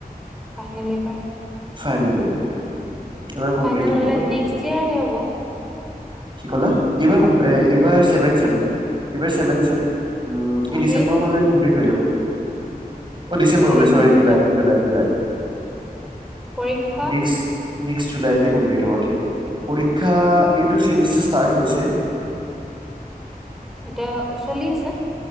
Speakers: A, in the centre; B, on the right.
A: ফাইনেল এইবাৰ।
B: Final year. এইবাৰ কমপ্লিট
A: ফাইনেল
B: হ'ব
A: হ'লে
B: আৰু।
A: নেক্সট ইয়েৰ হে হ'ব।
B: কি ক'লা? এইবাৰ এইবাৰ ছেভেন ছেম <inaudible> এইবাৰ চেভেন ছেম, উম, এই ডিচেম্বৰ
A: সেইটো
B: মানলে কমপ্লিট হৈ যাব। অ' ডিচেম্বৰ বোলে
A: এক্জাম
B: চৰি জুলাই
A: কেতিয়া হ'ব
B: জুলাই। জুলাই,
A: পৰীক্ষা
B: নেক্সট নেক্সট জুলাইতে কমপ্লিট হ'ব ঠিক পৰীক্ষা,
A: আচ্ছা
B: এইটো ছেমিষ্টাৰ ষ্টাৰ্ট হৈছেহে।
A: এতিয়া চলি আছে,